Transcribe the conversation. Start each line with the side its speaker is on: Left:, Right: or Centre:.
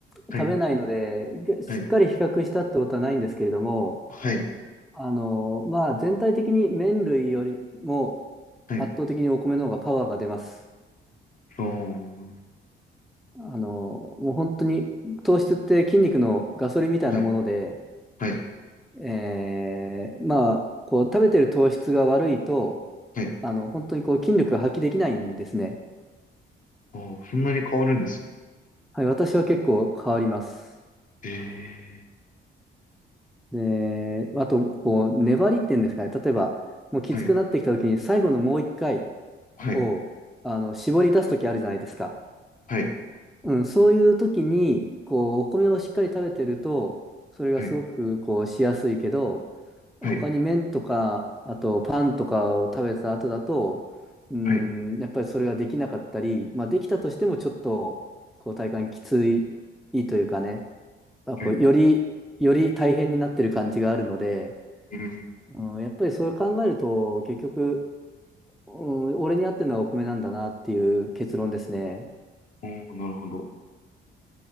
Centre: 食べないので、
Left: はい、
Centre: しっかり比較したってことはないんですけれども、
Left: はい、はい。
Centre: あの、まあ、全体的に麺類よりも
Left: はい
Centre: 圧倒的にお米の方がパワーが出ます。
Left: あーうん
Centre: あの、もう本当に糖質って筋肉のガソリンみたいなもので、
Left: はい、はい、
Centre: えーまあ、こう食べてる糖質が悪いと、
Left: はい。
Centre: あの、本当にこう筋力が発揮できないんですね。
Left: ああそんなに変わるんですね。
Centre: はい、私は結構変わります。
Left: ええ
Centre: で、あと、こう、粘りっていうんですかね。例えば、もうきつくなってきた時に最後のもう一回
Left: はい、はい、
Centre: を、あの、絞り出す時あるじゃないですか。
Left: はい、
Centre: うん、そういう時に、こう、お米をしっかり食べてると、それがすごく、
Left: はい、
Centre: こう、しやすいけど、他に麺とか、
Left: はい、
Centre: あとパンとかを食べた後だと、うん、
Left: はい、
Centre: やっぱりそれができなかったり、まあ、できたとしてもちょっと、こう、体感きついというかね、あ、こう、
Left: はい。
Centre: より、より大変になってる感じがあるので、
Left: うん、
Centre: うん、やっぱりそれ考えると、結局、うん、俺に合ってるのはお米なんだなっていう結論ですね。
Left: おーなるほど。